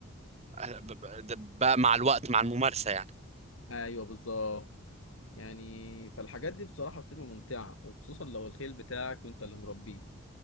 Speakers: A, on the right; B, on the left.
A: ب- ب- ده بقى مع الوقت مع الممارسة يعني
B: ايوه بالظبط يعني فالحاجات دي بصراحة بتبقى ممتعة وخصوصا لو الخيل بتاعك وانت اللي مربيه